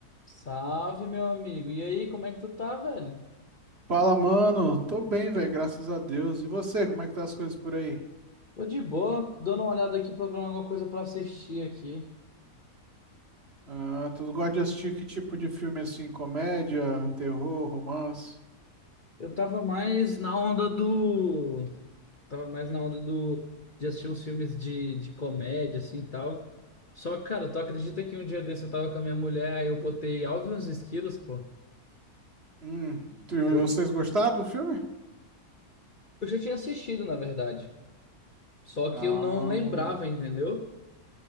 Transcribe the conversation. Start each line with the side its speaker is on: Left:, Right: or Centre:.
Left: Salve, meu amigo. E aí, como é que tu tá, velho?
Right: Fala, mano. Tô bem, velho, graças a Deus. E você, como é que tá as coisas por aí?
Left: Tô de boa, tô dando uma olhada aqui, procurando alguma coisa pra assistir aqui.
Right: Ah, tu gosta de assistir que tipo de filme assim? Comédia, terror, romance?
Left: Eu tava mais na onda do. Tava mais na onda do. De assistir uns filmes de, de comédia, assim e tal. Só que, cara, tu acredita que um dia desse eu tava com a minha mulher, aí eu botei Alvin e os Esquilos, pô.
Right: Hum, tu-
Left: Tu-
Right: vocês gostaram do filme?
Left: Eu já tinha assistido, na verdade. Só
Right: Ah,
Left: que eu não lembrava,
Right: hum,
Left: entendeu?